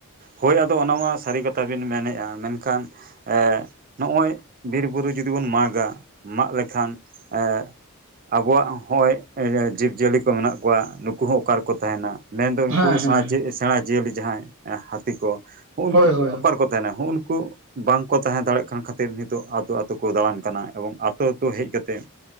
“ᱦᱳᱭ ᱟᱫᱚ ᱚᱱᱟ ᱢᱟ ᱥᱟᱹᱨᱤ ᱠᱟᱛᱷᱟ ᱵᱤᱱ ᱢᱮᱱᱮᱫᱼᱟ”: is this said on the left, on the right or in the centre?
Right